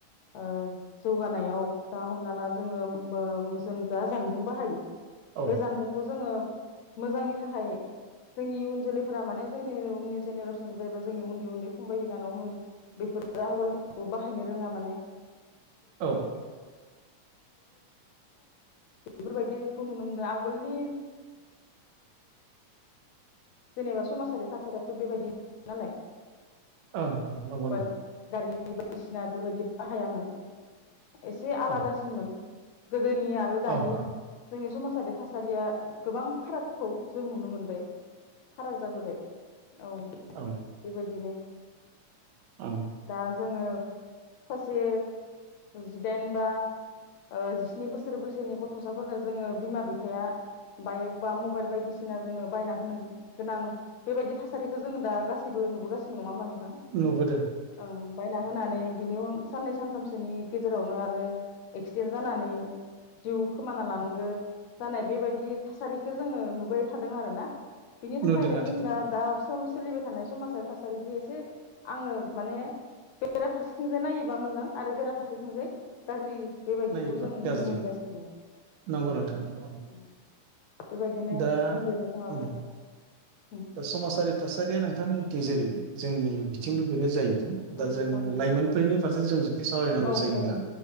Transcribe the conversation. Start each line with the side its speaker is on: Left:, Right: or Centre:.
Left: ओ जौगानायाव दा हमना ला जोङो बो जों जा जानबुं बाहायो।
Right: औ
Left: बे जानबुंखौ जोङो मोजांनि थाखाय जोंनि इयुन जोलैफोरा माने जोंनि उननि जेनेरे सन जायबा जोंनि उन्दै उन्दै फंबाय बिनानावमोन बेफोरो मबाइलफोरखौ बाहायनो रोङा माने। <inaudible> <inaudible>
Right: औ
Left: बेफोरबायदिखौ नुनो मोनदों आवगोलनि जेनेबा समाजारि थासारियाथ' बेबायदि नालाय।
Right: ओं ओं नंगौ
Left: जेनेबा
Right: नंगौ।
Left: गारि बायदिसिना बेफोरबायदि बाहायामोन एसे आलादासिनमोन।
Right: औ
Left: गोदोनि आरो दानि
Right: औ ओं
Left: जोंनि समाज जारि थासारिया गोबां फारागखौ जों नुनो मोनबाय। फाराग जाबोबाय औ
Right: ओं
Left: बेबायदिनो।
Right: ओं
Left: दा जोङो सासे जिदाइन बा ओ जिस्नि बोसोर बैसोनि गथ'साफोरनो जोङो बिमा बिफाया बाइक बा मबाइल बायदिसिना जोङो बायना होनो गोनां बेबायदि थासारिखौ जोङो दा गासिबो नुबोगासिनो नङा होमबा नों
Right: नुबोदो।
Left: ओं बायना होनानै बिनि उन साननै सानथामसोनि गेजेरावनो आरो एक्सिडेन्ट जानानै जिउ खोमाना लानांगो जानाय बेबायदि थासारिखौ जोङो नुबाय थादों आरोना। बिनि थाखायनो
Right: नुदों आथिखाल
Left: जों दा दा सम सोलिबाय थानाय समाजारि थासारिखौ एसे आङो माने बेरा फारसेथिंजाय नायोबा मोजां आरो बेराफारसेथिंजाय गाज्रि बेबायदिखौ
Right: नायोब्ला
Left: जों नुनो
Right: गाज्रि
Left: मोनगासिनो
Right: नंगौ
Left: उम
Right: नोंथां नंगौ
Left: उम। बेबायदिनो
Right: दा
Left: बुंदो नोंथाङाबो।
Right: ओं
Left: उम
Right: दा समाजारि थासारिया नोंथांमोननिथिं जेरै जोंनि बिथिंबो बेनो जाहैदों
Left: उम
Right: दा जोङो
Left: उम
Right: लाइमोनफोरनि फारसे जों जुदि दि सावरायनांगौ
Left: औ
Right: जायोब्ला
Left: औ